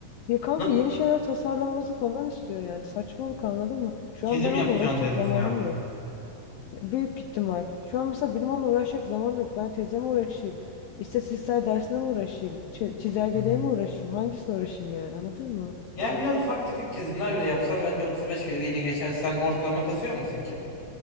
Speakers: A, on the left; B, on the left.
A: Ya kanka
B: Na-
A: yeni şeyler tasarlamamızı falan istiyor yani. Saçmalık anladın mı? Şu
B: Çizim
A: an ben onunla
B: yapacaksınız
A: uğraşacak
B: yani
A: zamanım
B: finalde.
A: yok. Büyük ihtimal. Şu an mesela benim onunla uğraşacak zamanım yok. Ben tezle mi uğraşayım? İstatistiksel dersine mi uğraşayım? Çi- Çizelgeliğe
B: Hı.
A: mi uğraşayım? Hangisine uğraşayım yani anladın mı?
B: Ya biraz ufak tefek çizimler bile yapsan bence 35 veriyle geçer. Sen ortalama kasıyor musun ki?